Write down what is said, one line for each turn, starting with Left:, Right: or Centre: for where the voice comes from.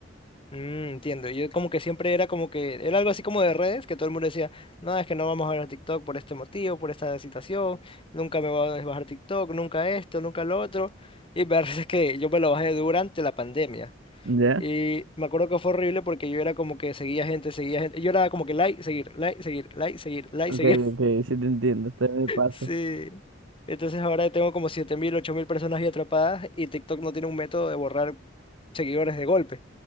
Left: Mm, entiendo. Yo como que siempre era como que era algo así como de redes, que todo el mundo decía, no, es que no vamos a ver TikTok por este motivo, por esta situación, nunca me voy a bajar TikTok, nunca esto, nunca lo otro. Y me parece <laughs> que yo me lo bajé durante la pandemia.
Right: ¿Ya?
Left: Y me acuerdo que fue horrible porque yo era como que seguía gente, seguía gente. Yo era como que like, seguir, like, seguir, like, seguir, like,
Right: Ok,
Left: seguir. <laughs>
Right: ok, sí te entiendo, te me pasa.
Left: Sí. Entonces ahora tengo como siete mil ocho mil personas ahí atrapadas y TikTok no tiene un método de borrar seguidores de golpe.